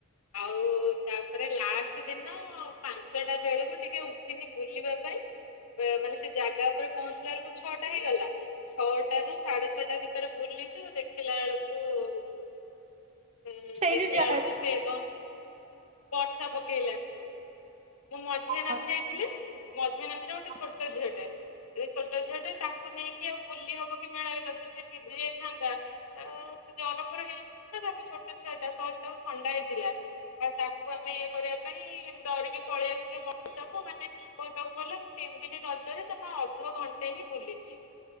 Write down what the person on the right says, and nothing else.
ସେଇ
ଯୋଉ ଯା
ହଁ
ହଁ
ହଁ